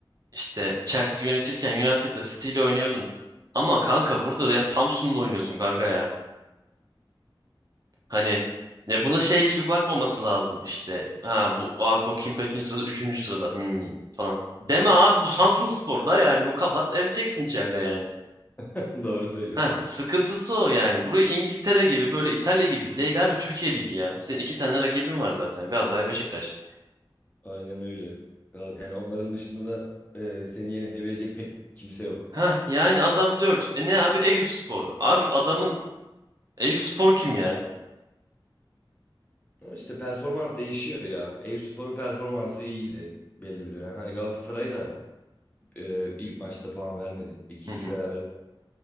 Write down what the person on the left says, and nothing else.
<laughs> Doğru söylüyorum
vallahi.
Aynen öyle. Yani onların dışında da e, seni yenebilecek pek kimse yok.
Ama işte performans değişiyor ya. Eyüpspor'un performansı iyiydi belli bir dönem. Hani Galatasaray da e, ilk maçta puan vermedi. 2
iki beraber.